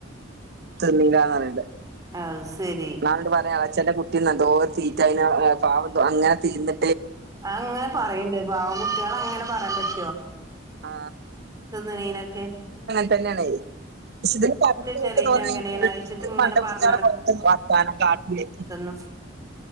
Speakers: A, on the right; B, on the right.
A: തന്നീല്ലാന്ന് പറയണ്ടെ
B: അത് ശരി
A: എന്നള പറയാ അളച്ചഛൻ്ന്റെ കുട്ടിന്ന് എന്തോ തീറ്റ അതിന് പാവന്ത അങ്ങനെ തീന്ന
B: ആ അങ്ങനെ പറയണ്ട് പാവൻ കുട്ടികള അങ്ങനെ പറയാൻ പറ്റുവോ
A: ആ
B: തിന്ന്ണിനൊക്കെ
A: തന്നെയണെ <unintelligible>
B: ചെലയിറ്റ അങ്ങനെയാണ് അയിച്ചിട്ട് ഇങ്ങനെ പറഞ്ഞ് ആ